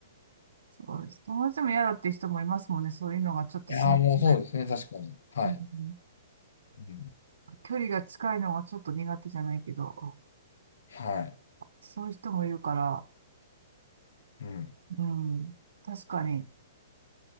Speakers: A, on the right; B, on the left.
A: そうです。友達でも嫌だっていう人もいますもんね。そういうのがちょっとしんどい、
B: いやー、もうそうですね、確かに。はい。
A: うん、
B: うん。
A: 距離が近いのがちょっと苦手じゃないけど、
B: はい。
A: そういう人もいるから、
B: うん。
A: うん。確かに。